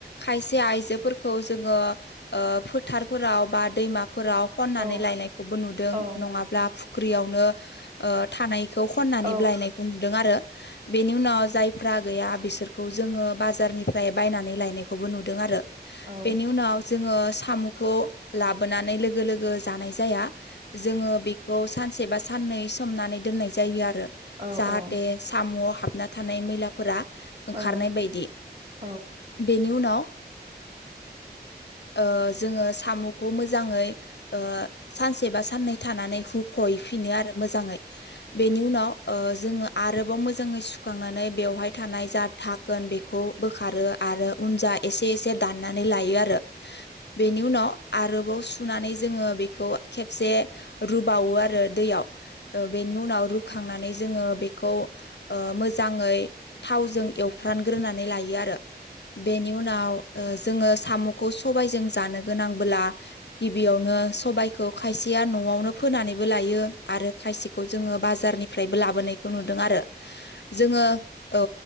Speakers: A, on the left; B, on the right.
A: खायसे आइजोफोरखौ जोङो ओ फोथाराव बा दैमाफोराव खननानै
B: औ
A: लायनायखौबो नुदों
B: औ
A: नङाब्ला फुख्रियावनो ओ थानायखौ खननानैबो
B: औ
A: लायनायखौ नुदों आरो बेनि उनाव जाय फ्रा गैया बिसोरखौ जोङो बाजारनिफ्राय बायनानै लायनायखौबो नुदों आरो ।
B: औ
A: बेनि उनाव जोङो सामखौ लाबोनानै लोगो लोगो जानाय जाया । जोङो बेखौ सानसे बा साननै सोमनानै दोननाय जायो आरो
B: औ
A: जाहाथे
B: औ
A: सामआव हाबना थानाय मैलाफोरा। ओंखारनाय
B: औ
A: बायदि
B: औ
A: बेनि उनाव । ओ जोङो सामखौ मोजाङै ओ सानसे बा साननै थानानै हु खहैफिनो आरो मोजाङै बेनि उनाव ओ जोङो आरोबाव मोजाङै सुखांनानै । बेवहाय थानाय जा धाखोन बेखौ बोखारो आरो उन जा एसे एसे दानना नै लायो आरो बेनि उनाव आरो बाव सुनानै जोङो बेखौ खेबसे रुबावो आरो दैयाव । ओ बेनि उनाव रुखांनानै जोङो बेखौ मो मोजाङै थावजों एवफ्रानग्रोनानै लायो आरो। बेनि उनाव ओ जोङो साम'खौ सबायजों जानो गोनांबोला गिबियावनो। सबायखौ खायसेया नआवनो फोनानैबो लायो आरो खायसेखौ जोङो बाजारनिफ्रायबो लाबोन नायखौ नुदों आरो जोङो औ